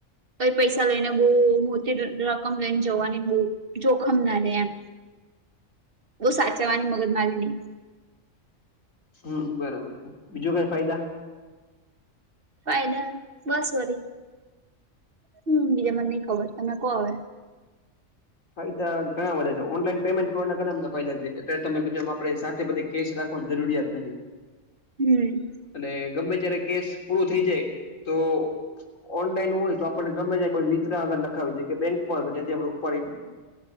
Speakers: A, on the right; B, on the left.
A: કઈ પૈસા લઈ ને બહ મોટી રકમ લઈને જવાની બહુ- - જોખમ ના રે એમ બહ સાચવવાની મગજ મારી નહી.
B: હમ બરોબર છે બીજું કઈ ફાયદા?
A: ફાયદા બસ વરી હમ બીજા મને નઈ ખબર તમે કો હવે?
B: ફાયદા ઘણા બા છે ઓનલાઈન પેમેન્ટ કરવાના ઘણા બધા ફાયદા છે કે તમે બીજો આપ સાથે બધી- - કેસ રાખવા જરૂરિયાત નથી.
A: હમ.
B: અને ગમે ત્યારે કેસ પૂરો થઈ જાય તો- - ઓનલાઈન હોય તો આપણને ગમે જાય કોઈ મિત્ર આગળ નખાવીનેાય કે બેંકમાં હોય જ્યાથી આપણે ઉપાડી- -